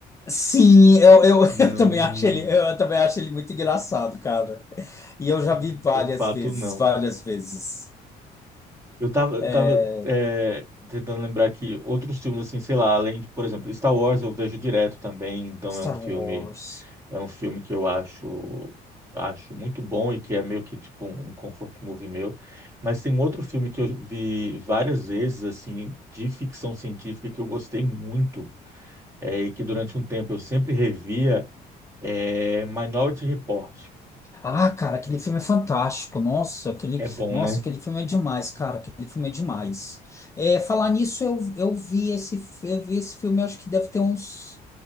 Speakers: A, on the left; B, on the right.
A: Sim, eu, eu,
B: não,
A: <laughs> eu também acho ele, eu também acho ele muito engraçado, cara. E eu já
B: não
A: vi
B: muda
A: várias
B: o fato,
A: vezes,
B: não.
A: várias vezes.
B: Eu tava, eu
A: É,
B: tava é, tentando lembrar que outros filmes, assim, sei lá, além de, por exemplo, Star Wars eu vejo direto também, então
A: Star
B: é um filme
A: Wars.
B: É um filme que eu acho acho muito bom e que é meio que tipo um comfort movie meu. Mas tem um outro filme que eu vi várias vezes assim de ficção científica que eu gostei muito é, e que durante um tempo eu sempre revia é Minority Report.
A: Ah, cara, aquele filme é fantástico. Nossa, aquele,
B: É bom,
A: nossa,
B: né?
A: aquele filme é demais, cara. Aquele filme é demais. É, falar nisso, eu, eu vi esse, fi- eu vi esse filme, acho que deve ter uns.